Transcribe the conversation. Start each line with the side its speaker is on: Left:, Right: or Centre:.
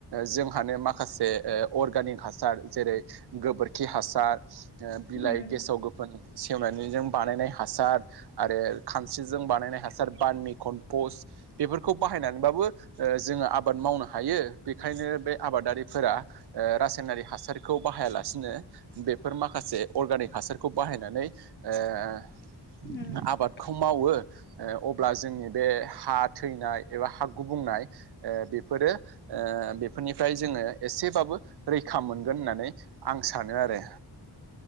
Right: जोंहानो माखासे माखासे अर्गानिक हासार जेरै गोबोरखि हासार ओ
Left: उम
Right: बिलाइ गेसाव गोफोन सेवनानैजों बानायनाय हासार आरो खानस्रिजों बानायनाय हासार बान मि खन बेफोरखौ बाहायनानैबाबो जोङो आबाद मावनो हायो बेखायनो बे आबादारिफोरा रासायनारि हासारखौ बाहायालासिनो बेफोर माखासे अर्गानिक हासारखौ बाहायनानै ओ
Left: उम उम
Right: आबादखौ मावो अब्ला जोंनि बे हा थैनाय एबा हा गुबुंनाय बेफोरो बेफोरनिफ्राय जोङो नो एसेबाबो रैखा मोनगोन होननानै आं सानो आरो